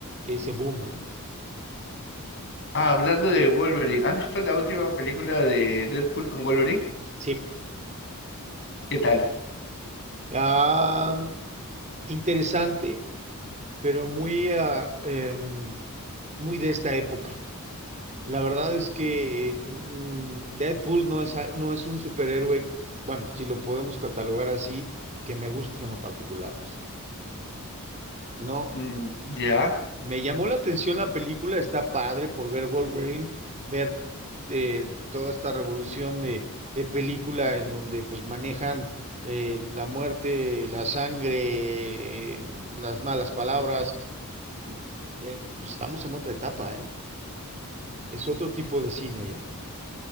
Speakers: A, on the right; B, on the left.
A: ese boom, ¿no?
B: Ah, hablando de Wolverine, ¿has visto la última película de Deadpool con Wolverine?
A: Sí.
B: ¿Qué tal?
A: Ah, interesante, pero muy, ah, em, muy de esta época. La verdad es que eh, mm, Deadpool no es, a- no es un superhéroe, bueno, si lo podemos catalogar así, que me gusta en lo particular, José. No,
B: Mm, Ya,
A: me llamó la atención la película, está padre por ver Wolverine, ver eh, toda esta revolución de, de película en donde pues manejan eh, la muerte, la sangre, eh, las malas palabras. Mm, eh, pues, estamos en otra etapa, ¿eh? Es otro tipo de cine ya.